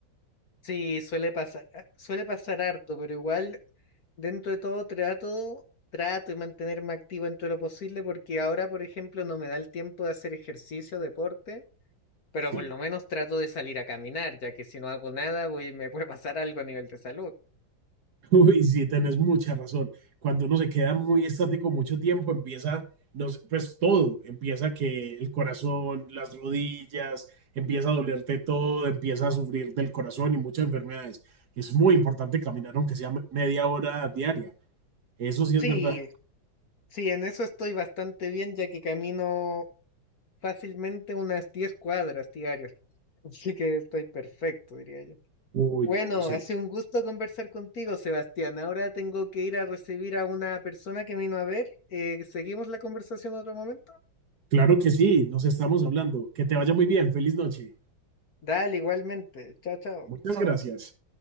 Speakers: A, on the left; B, on the right.
A: Sí, suele pasar, ah, suele pasar harto, pero igual dentro de todo trato, trato de mantenerme activo en todo lo posible porque ahora, por ejemplo, no me da el tiempo de hacer ejercicio, deporte, pero
B: Sí.
A: por lo menos trato de salir a caminar, ya que si no hago nada, voy, me puede pasar algo a nivel de salud.
B: <laughs> Uy, sí, tenés mucha razón. Cuando uno se queda muy estático mucho tiempo, empieza, no sé, pues todo, empieza que el corazón, las rodillas, empieza a dolerte todo, empieza a sufrir del corazón y muchas enfermedades. Es muy importante caminar, aunque sea me- media hora diaria. Eso sí es
A: Sí,
B: verdad.
A: sí, en eso estoy bastante bien, ya que camino fácilmente unas 10 cuadras diarias, <laughs> así que estoy perfecto, diría yo.
B: Uy,
A: Bueno,
B: no, sería
A: ha sido un gusto conversar contigo, Sebastián. Ahora tengo que ir a recibir a una persona que me vino a ver. Eh, ¿seguimos la conversación en otro momento?
B: Claro que sí, nos estamos hablando. Que te vaya muy bien. Feliz noche.
A: Dale, igualmente. Chao, chao.
B: Muchas gracias.